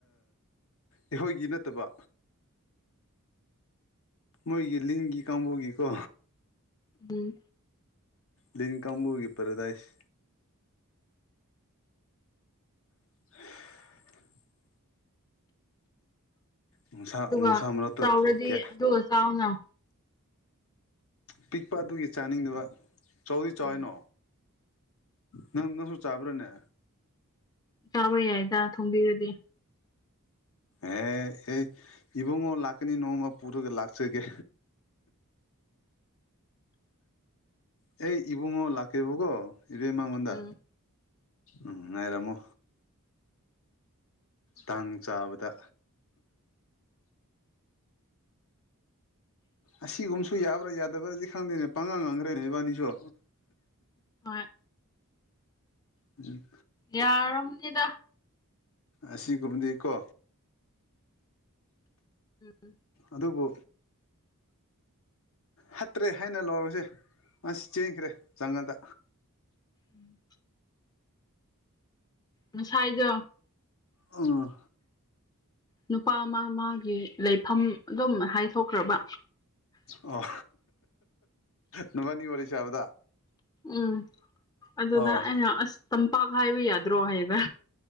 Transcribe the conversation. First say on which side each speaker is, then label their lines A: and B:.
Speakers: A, on the left; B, on the left.
A: ꯑꯩꯈꯣꯏꯒꯤ ꯅꯠꯇꯕ ꯃꯣꯏꯒꯤ ꯂꯤꯡꯒꯤ ꯀꯥꯡꯕꯨꯒꯤꯀꯣ
B: ꯎꯝ
A: ꯂꯤ ꯀꯝꯕꯨꯒꯤ ꯄꯔꯗꯥꯏꯁ <inaudible> ꯅꯨꯡꯁꯥ
B: ꯑꯗꯨꯒ
A: ꯅꯨꯡꯁꯥ ꯃꯔꯛꯇ
B: ꯆꯥꯎꯔꯗꯤ
A: ꯊꯣꯛꯀꯦ
B: ꯑꯗꯨꯒ ꯆꯥꯎꯅ
A: ꯄꯤꯛꯄ ꯑꯗꯨꯒꯤ ꯆꯥꯅꯤꯡꯗꯨ ꯆꯥꯎꯧꯗꯤ ꯆꯥꯎꯏꯅꯣ
B: ꯎꯝ
A: ꯅꯪ ꯅꯪꯁꯨ ꯆꯥꯕ꯭ꯔꯥꯅꯦ
B: ꯇꯥꯕ ꯌꯥꯏꯗ ꯊꯣꯡꯕꯤꯔꯗꯤ
A: ꯑꯦ ꯑꯦ ꯏꯕꯨꯡꯉꯣ ꯂꯥꯛꯀꯅꯤ ꯅꯣꯡꯃ ꯄꯨꯔꯛꯒ ꯂꯥꯛꯁ ꯀꯦ ꯑꯩ ꯏꯕꯨꯡꯉ ꯑꯣ ꯂꯥꯛꯀꯦꯔꯤꯕꯒꯣ ꯏꯚ ꯃꯉꯣꯟꯗ
B: ꯎꯝ
A: ꯎꯝ ꯉꯥꯏꯔꯃꯣ ꯇꯥꯡ ꯆꯥꯕꯗ ꯑꯁꯤꯒꯨꯝꯕꯁꯨ ꯌꯥꯕ꯭ꯔꯥ ꯌꯥꯗꯕ꯭ꯔꯥꯗꯤ ꯈꯪꯗꯦꯅꯦ ꯄꯥꯡꯉꯥꯡ ꯉꯥꯡꯈ꯭ꯔꯦꯅꯦ ꯏꯕꯥꯅꯤꯁꯨ
B: ꯑ
A: ꯎꯝ
B: ꯌꯥꯔꯕꯔꯕꯅꯤꯗ
A: ꯑꯁꯤ ꯀꯨꯝꯗꯤꯀꯣ
B: ꯎꯝ
A: ꯑꯗꯨꯕꯨ ꯍꯠꯇ꯭ꯔꯦ ꯍꯥꯏꯅ ꯂꯧꯔꯁꯦ ꯉꯁꯤ ꯆꯦꯟꯈ꯭ꯔꯦ ꯆꯪꯉꯗ
B: ꯎꯝ ꯉꯁꯥꯏꯒ
A: ꯎ
B: ꯅꯨꯄꯥ ꯑꯃ ꯃꯥꯒꯤ ꯂꯩꯐꯝ ꯑꯗꯨꯝ ꯍꯥꯏꯊꯣꯛꯈ꯭ꯔꯕ
A: ꯑꯣ ꯅꯨꯕꯥꯅꯤ ꯋꯥꯔꯤ ꯁꯥꯕꯗ
B: ꯎꯝ ꯑꯗꯨꯗ
A: ꯑꯣ
B: ꯑꯩꯅ ꯑꯁ ꯇꯝꯄꯥꯛ ꯍꯥꯏꯕ ꯌꯥꯗ꯭ꯔꯣ ꯍꯥꯏꯒ